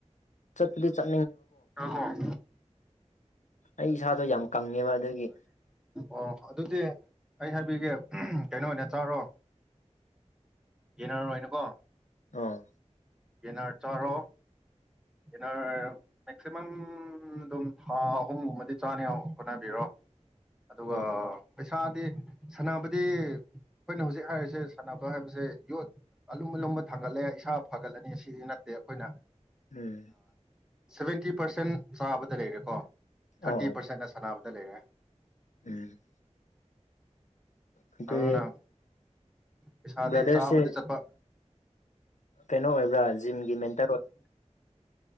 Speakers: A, on the left; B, in the centre.
A: ꯆꯠꯂꯤ ꯆꯠ
B: ꯀꯣ ꯎꯝ
A: ꯑꯩ ꯁꯥꯥꯗ ꯌꯥꯝ ꯀꯪꯉꯦꯕ ꯑꯗꯨꯒꯤ
B: ꯑꯣ ꯑꯗꯨꯗꯤ ꯑꯩ ꯍꯥꯏꯕꯤꯒꯦ ꯀꯩꯅꯣ ꯑꯣꯏꯅ ꯆꯥꯔꯣ ꯌꯦꯟꯅꯔꯔꯣꯏꯅꯀꯣ
A: ꯑꯥ
B: ꯌꯦꯅꯔ ꯆꯔꯣ ꯏꯟꯅꯔ ꯃꯦꯛꯁꯤꯃꯝ ꯑꯗꯨꯝ ꯊꯥ ꯑꯍꯨꯝꯒꯨꯝꯕꯗꯤ ꯆꯥꯅ ꯍꯣꯠꯅꯕꯤꯔꯣ ꯑꯗꯨꯒ
A: ꯑꯥ
B: ꯄꯩꯁꯥ ꯁꯥꯟꯅꯕꯗꯤ ꯑꯩꯈꯣꯏꯅ ꯍꯧꯖꯤꯛ ꯍꯥꯏꯔꯤꯁꯦ ꯁꯥꯟꯅꯕ ꯍꯥꯏꯕꯁꯦ ꯌꯣꯠ ꯑꯂꯨꯝ ꯑꯂꯨꯝꯕ ꯊꯥꯡꯒꯠꯂꯦ ꯏꯁꯥ ꯐꯒꯠꯂꯅꯤ ꯁꯤꯗꯤ ꯅꯠꯇꯦ ꯑꯩꯈꯣꯏꯅ
A: ꯎꯝ
B: ꯁꯚꯦꯟꯇꯤ ꯄꯥꯔꯁꯦꯟ ꯆꯥꯕꯗ ꯂꯩꯔꯦꯀꯣ ꯊꯥꯔꯇꯤ
A: ꯑꯥ
B: ꯄꯔꯁꯦꯟꯅ ꯁꯥꯟꯅꯕꯗ ꯗꯂꯩꯔꯦ
A: ꯎꯝ ꯑꯗꯨꯗꯤ
B: ꯑꯗꯨꯅ ꯄꯩꯁꯥꯗꯤ
A: ꯕ꯭ꯔꯗꯔꯁꯦ
B: ꯆꯥꯕꯗꯤ ꯆꯠꯄ
A: ꯀꯩꯅꯣ ꯑꯣꯏꯕ꯭ꯔꯥꯖ ꯖꯤꯝꯒꯤ ꯃꯦꯟꯇꯔ ꯑꯣꯏ